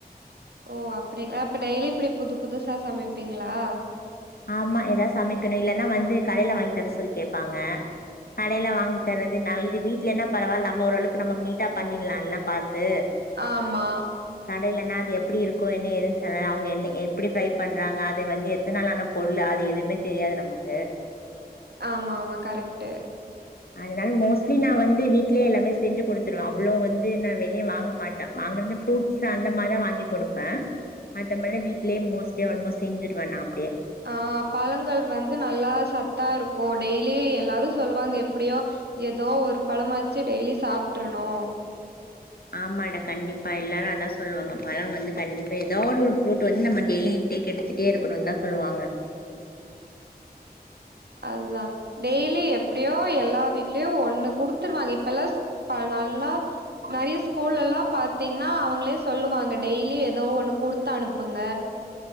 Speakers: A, on the right; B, on the left.
A: ஓ அப்டிங்க அப்ப டெய்லி இப்டி புது புதுசா சமைப்பீங்களா
B: ஆமா ஏதாவது சமைக்கணு இல்லன்னா வந்து கடையில வாங்கி தர சொல்லி கே ப்பாங்க கடையில வாங்கி தரதுனா இது வீட்லனா பரவால்ல நம்ம ஓரளவுக்கு நம்ம நீட்டா பண்ணிடலால்லா பாத்து
A: ஆமா
B: கடையலன்னா அது எப்டி இருக்கு என்ன ஏதுன்னு சொல்லல அவங்க என்ன எ எப்டி ஃப்ரை பண்றாங்க அது வந்து எத்தன நாள் ஆன பொருள் அது எதுவுமே தெரியாது நமக்கு
A: ஆமா ஆமா கரெக்ட்டு
B: அதனால மோஸ்ட்லி நா வந்து வீட்லயே எல்லாமே செஞ்சு குடுத்துருவே அவ்வளவு வந்து நா வெளியே வாங்க மாட்டே வாங்குறத ஃப்ரூட்ஸ் அந்த மாரிதா வாங்கி் குடுப்பே அந்த மில வீடலயே மோட்லி ஆல்மோஸ்ட் செஞ்சடுவா நா அப்டியே
A: அ பழங்கள் வந்து நல்லா சத்தா இருக்கு டெய்லி எல்லாரு சொல்லுவாங்க எப்டியோ ஏதோ ஒரு பழமாச்சு டெய்லி சாப்ட்றணு
B: ஆமாடா கண்டிப்பா எல்லாரு அதா சொல்லுவாங்க பழ வந்து கண்டிப்பா எதோ ஒரு ஃப்ரூட் வந்து நம்ம டெய்லி எடுத்துட்டே இருக்கணும்னு தா சொல்லுவாங்க
A: அதுதா டெய்லி எப்டியோ எல்லா வீட்லயு ஒண்ணு குடுத்துருவாங்க இப்பல்லா அ நல்லா நெறைய ஸ்கூல்லல்லா பாத்தீங்கன்னா அவங்களே சொல்லுவாங்க டெய்லி ஏதோ ஒண்ணு குடுத்து அனுப்புங்க